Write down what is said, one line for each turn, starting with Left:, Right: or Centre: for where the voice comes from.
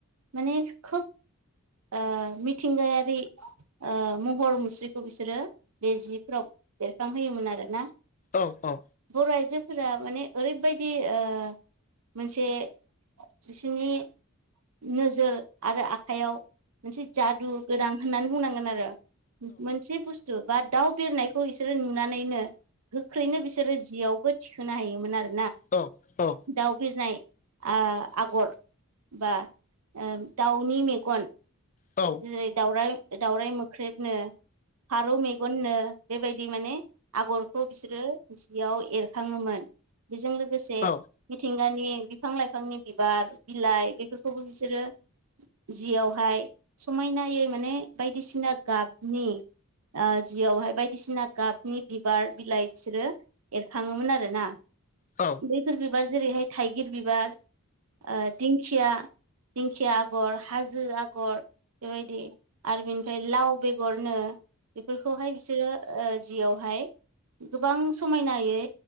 Right: माने खोब ओ मि थिंगायारि ओ महर मुस्रिखौ बिसोरो बे जिफ्राव बेरखांहोयोमोन आरो ना।
Left: औ औ
Right: बर' आइजोफोरा माने ओरैबायदि ओ मोनसे बिसिनि नोजोर आरो आखाइयाव मोनसे जादु गोनां होननानै बुंनांगोन आरो मोनसे बुस्थु जेनेबा दाउ बेरनायखौ बिसोरो नुनानैनो गोख्रैनो बिसोरो जियावबो थिखोनो हायोमोन आरो।
Left: औ औ
Right: दाउ बिरनाय आ आगर बा ओ दाउनि मेगन
Left: औ
Right: जेरै दउराय दाउरराय मोख्रेबनो फारौ मेगननो बेबायदि माने आगरखौ बिसोरो जियाव एरखाङोमोन बेजों लोगोसे
Left: औ
Right: मिथिंगानि बिफां लाइफांनि बिबार बिलाइ बेफोरखौबो बिसोरो जियावहाय समायनायै माने बायदिसिना गाबनि ओ जियावहाय बायदिसिना गाबनि बिबार बिलाइ बिसोरो एरखाङोमोन आरो ना।
Left: औ
Right: बैफोर बिबार जेरैहाय थाइगिर बिबार ओ दिं खिया दिंखिया आगर हाजो आगर बेबायदि। आरो बिनिफ्राय लाव बेगरनो बेफोरखौहाय बिसोरो ओ जियावहाय गोबां समायनायै